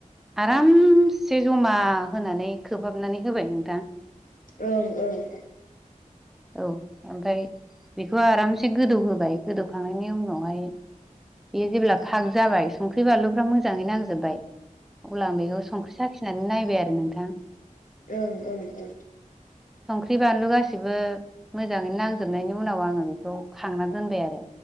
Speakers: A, in the centre; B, on the left.
A: आरामसे जमा होनानै खोबहाबनानै होबाय नोंथां।
B: ओं औ औ।
A: औ ओमफ्राय बेखौ आरामसे गोदौ होबाय। गोदौखांनायनि उनाव फाय बे जेब्ला फाग जाबाय संख्रि बानलुफ्रा मोजाङै नांजोबबाय अब्ला आं बेखौ संख्रि साखिनानै नायबाय आरो नोंथां।
B: ओं ओं ओं।
A: संख्रि बानलु गासिबो मोजाङैनो नांजोबनायनि उनाव आङो बेखौ खांना दोनबाय आरो।